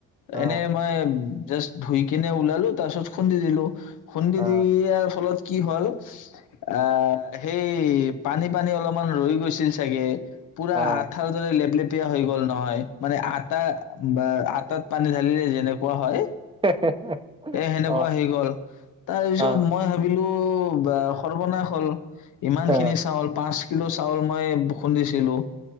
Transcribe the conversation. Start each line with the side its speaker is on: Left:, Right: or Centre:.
Right: অ
Left: এনে মই জাষ ধুই কেনে ওলালো তাৰপাছত খুন্দি দিলোঁ। খুন্দি
Right: অ
Left: দিয়াৰ ফলত কি হল আহ সেই পানী পানী অলপমান ৰৈ গৈছিল চাগে পুৰা
Right: অ
Left: আঠাৰ দৰে লেপ লেপ হৈ গল নহয় মানে আটা- আটাত পানী ঢালিলে যেনেকুৱা হয়।
Right: <inaudible>
Left: এ সেনেকুৱা
Right: অ
Left: হৈ গল তাৰপিছত
Right: অ
Left: মই ভাবিলোঁ টো ব সৰ্বনাশ হল ইমান
Right: অ
Left: খিনি চাউল পাঁচ কিলো চাউল মই খুন্দিছিলোঁ।